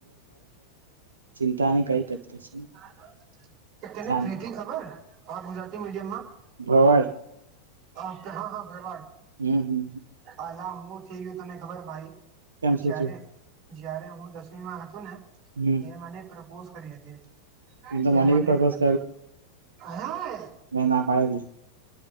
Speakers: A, on the right; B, on the right.
A: ચિંતા નહી કઈ કજ કરશે
B: <inaudible> એ તને
A: શાંતિ
B: પ્રીતિ ખબર? અ ગુજરાતી મીડિયમમાં
A: ભવાડ?
B: હા, હા, ભરવાડ.
A: હમ હમ
B: અલા હું થઈ ગયુ, તને ખબર ભાઈ?
A: કેમ શું
B: જયારે
A: થયું
B: જયારે હું દસમીમાં હતોને
A: હમ
B: તે મને પ્રપોઝ કરી હતી,
A: એમ તો
B: તે મને
A: બી પ્રપોઝ
B: હે
A: મે ના પાડેલી.